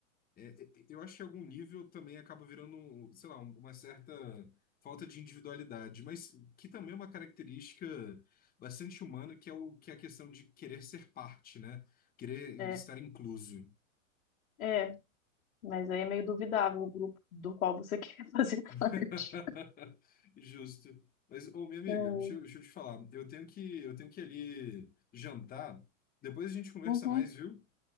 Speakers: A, on the left; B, on the left.
A: É, é, eu acho que em algum nível também acaba virando, sei lá, uma certa falta de individualidade, mas que também é uma característica bastante humana, que é o que é a questão de querer ser parte, né? Querer
B: É,
A: estar incluso.
B: É, mas aí é meio duvidável o grupo do qual você <laughs> quer fazer
A: <laughs>
B: parte.
A: Justo. Mas, ô, minha amiga,
B: É.
A: deixa, eu deixa eu te falar, eu tenho que, eu tenho que ir ali jantar. Depois a gente conversa
B: Uhum.
A: mais, viu?